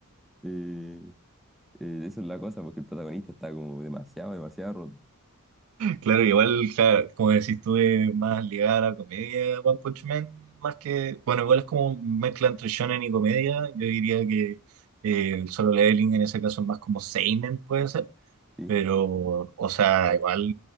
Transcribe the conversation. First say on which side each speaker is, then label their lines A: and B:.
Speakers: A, in the centre; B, on the right.
A: eh, eh, eso es la cosa, porque el protagonista está como demasiado, demasiado roto.
B: Claro, igual, claro, como decís tú, es más ligada a la comedia One Punch Man, más que, bueno, igual es como mezcla entre shonen y comedia. Yo diría que eh, el Solo Leveling en ese caso es más como seinen, puede ser.
A: Sí.
B: Pero, o sea, igual